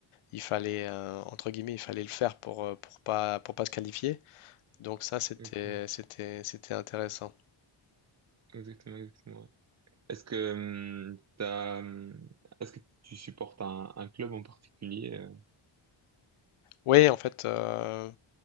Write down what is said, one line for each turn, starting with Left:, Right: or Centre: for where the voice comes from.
Left: il fallait, euh, entre guillemets, il fallait le faire pour, euh, pour pas, pour pas se qualifier. Donc ça, c'était,
Right: exactement,
Left: c'était, c'était intéressant.
Right: exactement, exactement. ouais. Est-ce que euh, t'as, euh, est-ce que tu supportes un, un club en particulier? euh
Left: Oui, en fait, euh,